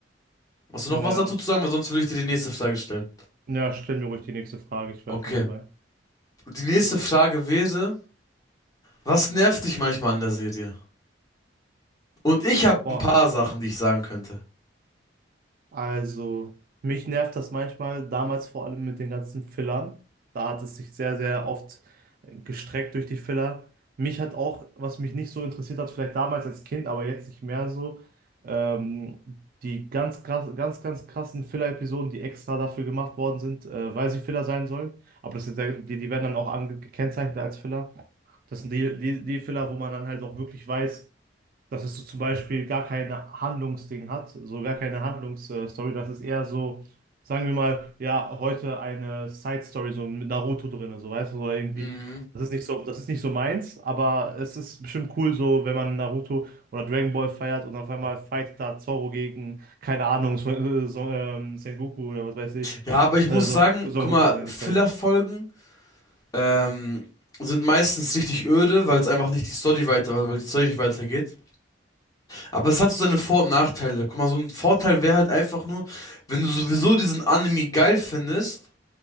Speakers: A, on the left; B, on the right.
A: Hast du
B: ja.
A: noch was dazu zu sagen? Weil sonst würde ich dir die nächste Frage stellen.
B: Ja, stell mir ruhig die nächste Frage, ich wäre
A: Okay.
B: schon dabei.
A: Die nächste Frage wäre, was nervt dich manchmal an der Serie? Und ich habe
B: Boah,
A: ein paar Sachen, die ich sagen könnte.
B: also, mich nervt das manchmal, damals vor allem mit den ganzen Fillern. Da hat es sich sehr, sehr oft äh, gestreckt durch die Filler. Mich hat auch, was mich nicht so interessiert hat, vielleicht damals als Kind, aber jetzt nicht mehr so, ähm, die ganz krass, ganz, ganz krassen Filler-Episoden, die extra dafür gemacht worden sind, äh, weil sie Filler sein sollen. Aber das sind, ja- die, die werden dann auch ange- gekennzeichnet als Filler. Das sind die, die, die Filler, wo man dann halt auch wirklich weiß, dass es so zum Beispiel gar keine Handlungsding hat, so gar keine Handlungsstory. Das ist eher so, sagen wir mal, ja, heute eine Side-Story, so mit Naruto drin, so weißt du, so irgendwie.
A: Mhm.
B: Das ist nicht so, das ist nicht so meins, aber es ist bestimmt cool, so wenn man Naruto oder Dragon Ball feiert und auf einmal fightet da Zorro gegen, keine Ahnung, Son, äh, Son, ähm, Sengoku oder was weiß ich.
A: Ja, aber ich muss
B: Äh, Son,
A: sagen,
B: Goku- Son
A: guck
B: Goku
A: mal,
B: meine
A: Filler-Folgen
B: ich, sorry.
A: ähm, sind meistens richtig öde, weil es einfach nicht die Story weiter, weil weil die Story nicht weitergeht. Aber es hat so seine Vor- und Nachteile. Guck mal, so ein Vorteil wäre halt einfach nur, wenn du sowieso diesen Anime geil findest.